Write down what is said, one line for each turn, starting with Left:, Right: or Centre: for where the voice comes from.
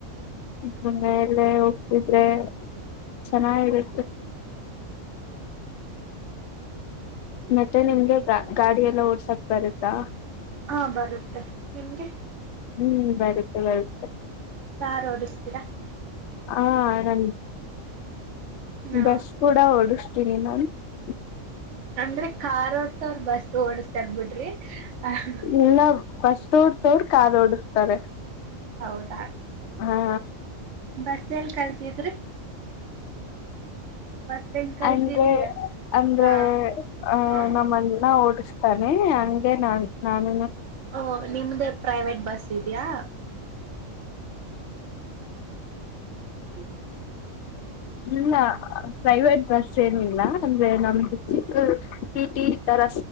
Left: <unintelligible> ಮೇಲೆ ಹೋಗ್ತಿದ್ರೆ ಚೆನ್ನಾಗಿರುತ್ತೆ ಮತ್ತೆ ನಿಮ್ಗೆ ಗಾಡಿ ಎಲ್ಲ ಓಡ್ಸಕ್ ಬರುತಾ
Right: ಹಾ ಬರುತ್ತೆ ನಿಮ್ಗೆ
Left: ಹ್ಮ್ ಬರುತ್ತೆ ಬರುತ್ತೆ
Right: ಕಾರ್ ಓಡಿಸ್ತೀರ
Left: ಹಾ ಆರಾಮ
Right: ಹಾ
Left: ಬಸ್ ಕೂಡ ಓಡ್ಸ್ <unintelligible>
Right: ಅಂದ್ರೆ ಕಾರ್ ಒಡ್ಸವರ್ ಅವರು ಬಸ್ ಓಡಸ್ತರ್ ಬಿಡ್ರಿ ಹ
Left: ಇಲ್ಲ ಬಸ್ ಓಡ್ಸೋರು ಕಾರ್ ಓಡಿಸ್ತಾರೆ
Right: ಹೌದ್ ದಾ
Left: ಹಾ
Right: ಬಸ್ ಎಲ್ ಕಲ್ತಿದ್ರಿ ಬಸ್ ಹೆಂಗ್ ಕಲ್ತಿದ್ರಿ
Left: ಅಂದ್ರೆ ಅಂದ್ರೆ
Right: ಹಾ
Left: ಅ
Right: ಹಾ
Left: ನಮ್ಮನ್ನ ಓಡ್ಸ್ ತನೆ ಹಂಗೆ ನಾನ್ ನಾನು
Right: ಓ ನಿಮ್ದೇ ಪ್ರೈವೇಟ್ ಬಸ್ ಇದಿಯಾ <inaudible>
Left: ಇಲ್ಲ ಪ್ರೈವೇಟ್ ಬಸ್ ಏನಿಲ್ಲ ಅಂದ್ರೆ ನಮ್ದ್ ಚಿಕ್ಕ ಟಿಟಿ ತರ